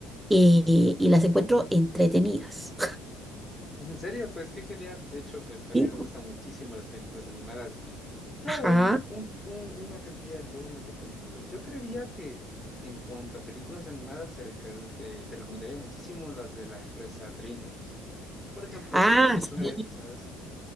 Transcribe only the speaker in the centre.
eh, y las encuentro entretenidas.
Sí.
Ajá.
Ah,
sí,